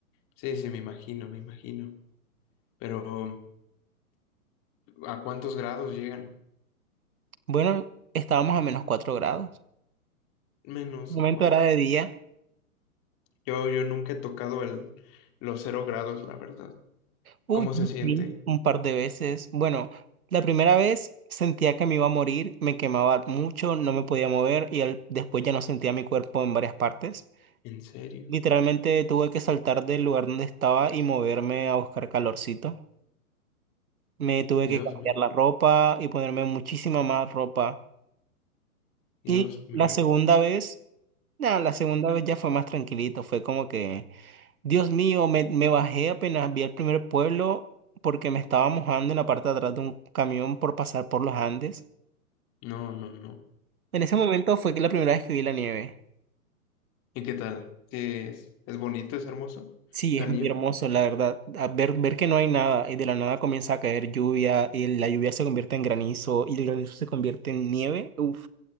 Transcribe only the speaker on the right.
Bueno, estábamos a menos 4 grados.
Un momento
era de día.
Uy,
sí,
sí, un par de veces. Bueno, la primera vez sentía que me iba a morir, me quemaba mucho, no me podía mover y al- después ya no sentía mi cuerpo en varias partes.
Literalmente tuve que saltar del lugar donde estaba y moverme a buscar calorcito. Me tuve
que cambiar
la ropa y ponerme muchísima más ropa.
Y
la segunda vez... No, la segunda vez ya fue más tranquilito, fue como que, Dios mío, me, me bajé apenas vi el primer pueblo porque me estaba mojando en la parte de atrás de un camión por pasar por los Andes.
En ese momento fue que la primera vez que vi la nieve.
Sí,
es
muy hermoso, la verdad. A ver, ver que no hay nada y de la nada comienza a caer lluvia y la lluvia se convierte en granizo y el granizo se convierte en nieve. Uf,